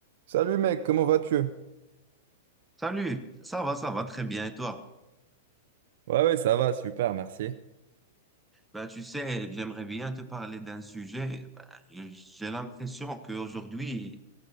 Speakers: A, on the right; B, in the centre.
A: Salut mec, comment vas-tu?
B: Salut, ça va, ça va très bien et toi?
A: Ouais, ouais, ça va, super, merci.
B: Ben, tu sais, j'aimerais bien te parler d'un sujet. Ben, j'ai l'impression qu'aujourd'hui,